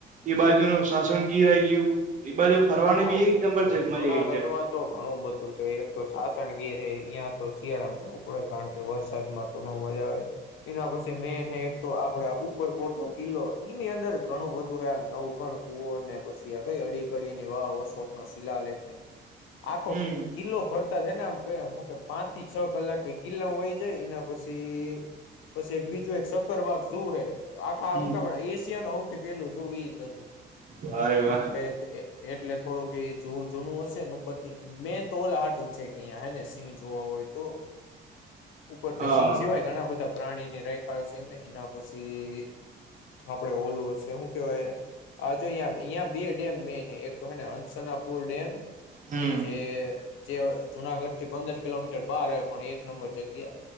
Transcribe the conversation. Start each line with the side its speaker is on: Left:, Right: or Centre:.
Right: એ બાજુ નો શાસન કીર આઈ ગયું એ બાજુ ફરવાની
Left: હા
Right: બી એક નંબર
Left: જુનાગઢમાં
Right: છે મજા આવી જાય
Left: તો ઘણું બધું છે એક તો સાસણગીર ઇયા તો શિયાળામાં જવું પડે કારણ કે વરસાદમાં તો ન મજા આવે એના પછી મેન એક તો આ પડા ઉપરકોટ નો કિલ્લો ઈમે અંદર ઘણો બ નવ ઘણ કુવોને પછી કઈ અડી કડીને વાવ અશોકનો શિલાલેેખને આખો
Right: હમ
Left: કિલ્લો ફરતા છે ને કેમ હું કે પાંચ થી છ કલાક કિલ્લા હોય જાય એના પછી પછી એક બીજું એક શક્કર બાગ જોવું હે આખા
Right: હમ
Left: હું તબડા એશિયા નું હૌથી પેલું જોવું ઈ હતું
Right: વા રે વા
Left: એટલે એટલે થોડુંક જોવું જૂનું હશે ને ઉપર થી મેઈન તો ઓલા હાટુ જ છે કેં હેને સિ જોવા હોય તો ઉપર
Right: હા
Left: તો સિંહ સિવાય ઘણા બધા પ્રાણીને ખા છે એના પછી આપડે ઓલુ શું કેવાય આ જો આયા બે ડેમ મેન તો હેને હંસનાપુર ડેમ
Right: હમ
Left: જે જે જુનાગઢ થી પંદર કિલોમીટર બહાર આવે પણ એક નંબર જગ્યા